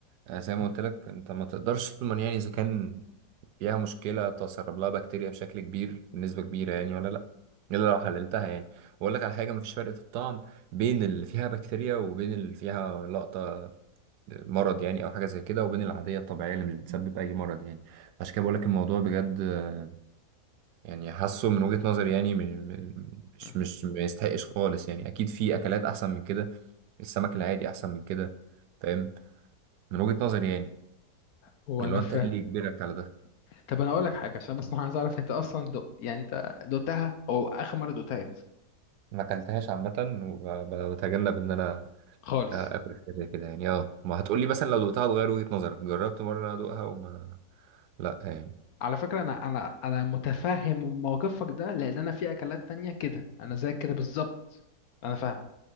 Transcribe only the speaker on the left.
مم.
هو
انا
فاهم
طب انا اقول لك حاجه عشان بس انا عايز اعرف انت اصلا دو... يعني انت دوقتها او اخر مره دوقتها امتى
خالص
على فكره انا انا انا متفهم موقفك ده لان انا في اكلات تانية كده انا زيك كده بالظبط انا فاهمك